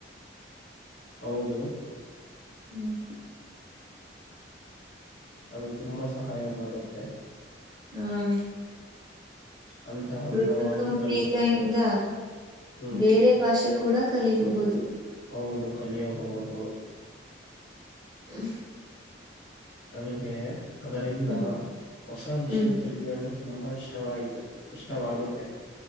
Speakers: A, on the left; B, on the right.
A: ಹೌದು
B: ಹ್ಮ್
A: ಅದು ತುಂಬಾ ಸಹಾಯ ಮಾಡುತ್ತೆ
B: ಹ್ಮ
A: ಹಂತ ಹಂತವಾಗಿ
B: ಕೃತಕ
A: ಕಲಿಸುತ್ತೆ
B: ಮೇಧೆಯಿಂದ
A: ಹ್ಮ್
B: ಬೇರೆ ಭಾಷೆ ಕೂಡ ಕಲಿಯಬಹುದು
A: ಹೌದು ಕಳಿಯಬಹುದು
B: ಹ್ಮ
A: ನನಗೆ ಅದರಿಂದ
B: ಹ್ಮ್
A: ಹೊಸ ವಿಷಯ
B: ಹ್ಮ್
A: ತಿಳಿಯೊಳ್ಳು ತುಂಬಾ ಇಷ್ಟವಾಯಿತು ಇಷ್ಟವಾಗುತ್ತೆ